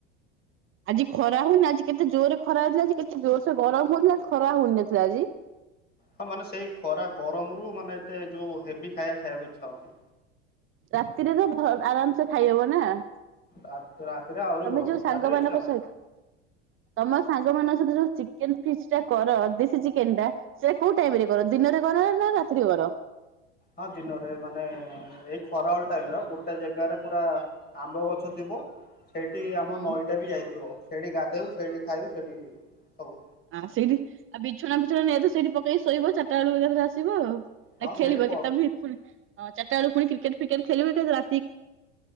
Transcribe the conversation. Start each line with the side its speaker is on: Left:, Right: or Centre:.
Right: <inaudible> ଆଜି ଖରା ହଉନି ଆଜି କେତେ ଜୋରରେ ଖରା ହେଇଥିଲା ଆଜି କେତେ ଜୋର ସେ ଗରମ ହଉଥିଲା ଆ ଖରା ହଉନଥିଲା ଆଜି।
Left: ହଁ ମାନେ ସେଇ ଖରା ଗରମ ରୁ ମାନେ ଏତେ ଯୋଉ ହେଭି ଖାଇବା ଖାଇବାକୁ ଇଚ୍ଛା ହଉନି।
Right: ରାତିରେ ବି ଭ ଆରାମସେ ଖାଇହବ ନା। ତମେ
Left: ରାତ ରାତିରେ ଆହୁରି ଗରମ
Right: ଯୋଉ ସାଙ୍ଗ
Left: ରାତିରେ
Right: ମାନଙ୍କ
Left: ଇଚ୍ଛା ହଉନି।
Right: ସହିତ। ତମ ସା ଯୋଉ ମାନଙ୍କ ସହିତ ଯୋଉ ଯୋଉ ଚିକେନ ଫିସ୍ ଟା କର ଦେଶୀ ଚିକେନ ଟା ସେଇଟା କୋଉ ଟାଇମ ରେ କର ଦିନରେ କର ନା ରା ଶ୍ରୀ ବର
Left: ହଁ ଦିନରେ ମାନେ ଏଇ ଖରାଳ ଟାଇମ ର ଗୋଟେ ଜାଗାରେ ପୁରା ଆମ୍ବ ଗଛ ଥିବ ସେଇଠି ଆମ
Right: ହୁଁ
Left: ନଈଟା ବି ଯାଇଥିବ ସେଇଠି ଗାଧଉ ସେଇଠି ଖାଇବୁ ସେଇଠି ସବୁ
Right: ଆ ସେଇଠି ଆଉ ବିଛଣା ବିଛଣା ନେଇ ତ ସେଇଠି ପକେଇକି ଶୋଇବ ଚାରିଟା ବେଳକୁ ଏକାଥରେ ଆସିବ ଆଉ।
Left: ହଁ
Right: ନା ଖେଳିବ
Left: ସେଇଠି ପ
Right: କେତେ ବି ଫୁଲ୍ ଚାରିଟା ବେଳକୁ ପୁଣି କ୍ରିକେଟ ଫ୍ରିକେଟ ଖେଳିବ ଏକା ରା